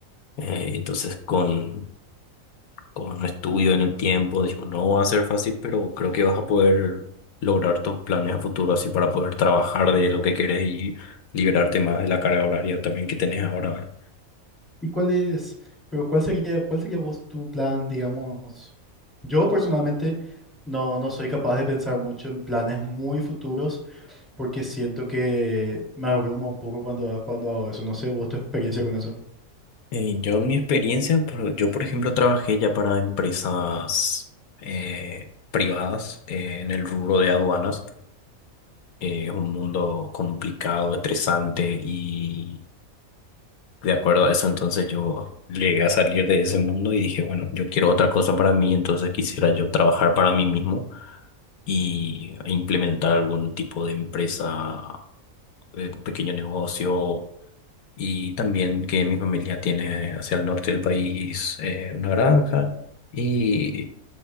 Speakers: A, on the left (about 85°); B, in the centre.
A: Eh, entonces, con, con estudio en el tiempo, decimos, no va a ser fácil, pero creo que vas a poder lograr tus planes a futuro así para poder trabajar de lo que querés y liberarte más de la carga horaria también que tenés ahora. ¿verdad?
B: ¿Y cuál es, pero cuál sería, cuál sería vos tu plan, digamos? Yo personalmente no, no soy capaz de pensar mucho en planes muy futuros porque siento que me abruma un poco cuando, cuando hago eso. No sé, vos tu experiencia con eso.
A: Eh, yo en mi experiencia, por- yo por ejemplo trabajé ya para empresas eh, privadas eh, en el rubro de aduanas. Eh, es un mundo complicado, estresante y de acuerdo a eso entonces yo llegué a salir de ese mundo y dije, bueno, yo quiero otra cosa para mí, entonces quisiera yo trabajar para mí mismo y implementar algún tipo de empresa, eh, un pequeño negocio y también que mi familia tiene hacia el norte del país eh, una granja y